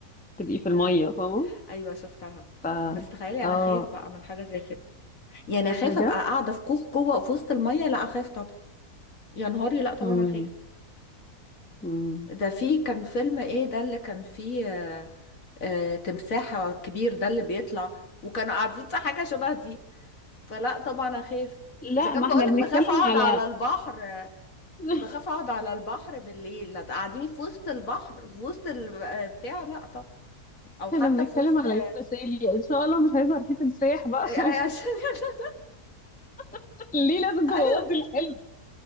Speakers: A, in the centre; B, on the left.
A: تبقي في
B: آه.
A: المية فاهمة
B: أيوة شفتها
A: ف
B: بس تخيلي أنا
A: اه
B: خايف بقى من حاجة زي كده يعني اخاف
A: بجد
B: ابقى قاعده في كوخ جوه في وسط الميه لا اخاف طبعا يا نهاري لا طبعا
A: مم.
B: اخاف
A: مم.
B: ده في كان فيلم ايه ده اللي كان فيه آه آه تمساح كبير ده اللي بيطلع وكانوا قاعدين في حاجه شبه دي فلا طبعا اخاف
A: لا
B: اذا كان
A: ما
B: بقولك
A: احنا بنتكلم
B: بخاف اقعد
A: على
B: على البحر آه،
A: <laughs>
B: بخاف اقعد على البحر بالليل لا تقعديني في وسط البحر في وسط ال- آه، بتاع لا طب او حتى
A: احنا بنتكلم
B: في وسط
A: على
B: آه،
A: يوم مثالي ان شاء الله مش هيظهر فيه تمساح بقى
B: آه،
A: خلاص
B: عشان <laughs>
A: <laughs> ليه لازم تبوظي
B: ايوه
A: الحلم